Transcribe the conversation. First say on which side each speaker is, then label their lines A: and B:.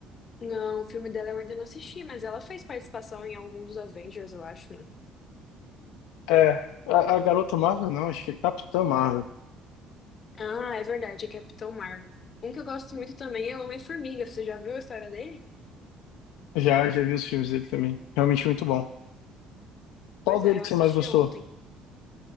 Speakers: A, on the left; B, on the left.
A: Não, o filme dela eu ainda não assisti, mas ela fez participação em algum dos Avengers, eu acho, né?
B: É, a, a Garota Marvel não, acho que é Capitã Marvel.
A: Ah, é verdade, é Capitão Marvel. Um que eu gosto muito também é o Homem-Formiga. Você já viu a história dele?
B: Já, já vi os filmes dele também. Realmente muito bom. Qual
A: Pois
B: dele
A: é, eu
B: que
A: assisti
B: você mais gostou?
A: ontem.